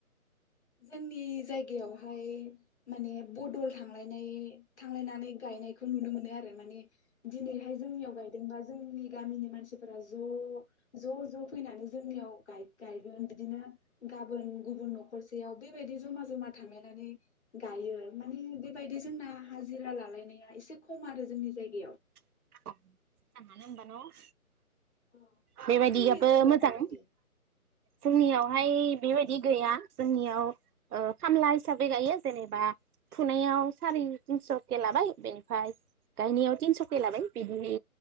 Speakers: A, on the left; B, on the right.
A: जोंनि जायगायावहाय माने बदल थांलायनाय थांलायनानै गायनायखौ नुनो मोनो आरो माने दिनैहाय जोंनियाव गाय बा जोंनि गामिनि मानसिफोरा ज' ज' ज' फैनानै जोंनियाव गायगोन बिदिनो गाबोन गुबुन न'खर सेयाव बेबायदि जमा जमा थांलायनानै गायो माने बेबायदि जोंना हाजिरा लालायनाया एसे खम आरो जोंनि जायगायाव
B: मोजाङानो होमबा न'
A: नोंथांमोननि
B: बेबायदियाबो
A: जायगायाव
B: मोजां
A: माबायदि
B: जोंनियावहाय
A: नोंथांमोननि
B: बेबायदि
A: जायगायाव
B: गैया जोंनियाव ओ खामला हिसाबै गायो जेनेबा फुनायाव सारि तिनस'के लाबाय बेनिफाय गायनायाव तिनस'के लाबाय बिदि